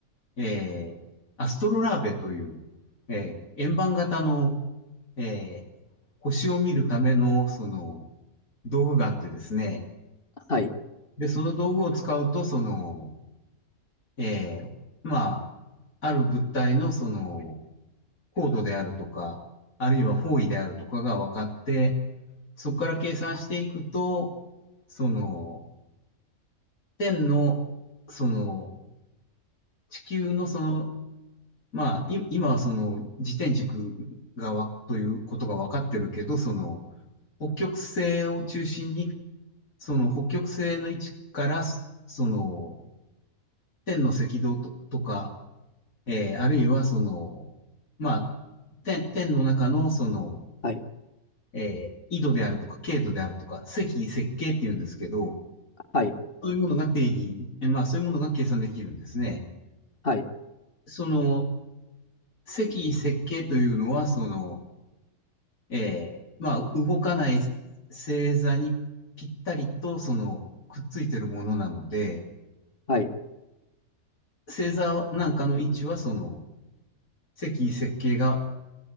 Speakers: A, on the left; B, on the left.
A: えーアストロラーベという、えー円盤型の、えー星を見るための、その、道具があってですね。
B: はい
A: で、その道具を使うと、その、えーまあ、ある物体の、その、高度であるとか、あるいは方位であるとかが分かって、そこから計算していくと、その、天の、その、地球のその、まあ、い今はその、自転軸がわ、ということが分かってるけど、その、北極星を中心に、その北極星の位置から、その、天の赤道と、とか、えーあるいはその、まあ、天、天の中のその、
B: はい
A: えー緯度であるとか、経度であるとか、赤緯赤経っていうんですけど、
B: は
A: そういうものが定義、まあそういうものが計算できるんですね。
B: い
A: その、積設計というのは、その、えー、まあ動かない星座にぴったりと、その、くっついてるものなので、
B: はい
A: 星座なんかの位置は、その、積設計が